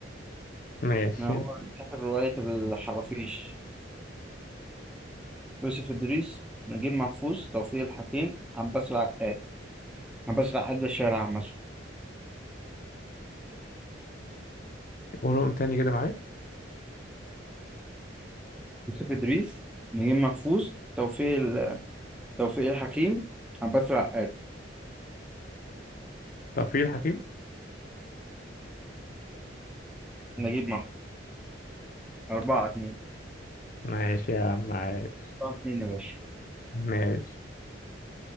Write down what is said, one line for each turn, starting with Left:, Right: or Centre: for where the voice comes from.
Left: ماشي
Centre: أنا هو كاتب رواية الحرافيش يوسف إدريس نجيب محفوظ توفيق الحكيم عباس العقاد عباس العقاد ده الشاعر عامة
Left: قولهم تاني كده معلش
Centre: يوسف إدريس نجيب محفوظ توفيق ال- توفيق الحكيم عباس العقاد
Left: ترفيه الحكيم
Centre: نجيب محفوظ أربعة اتنين
Left: ماشي يا عم عايش
Centre: أربعة اتنين يا باشا
Left: ماشي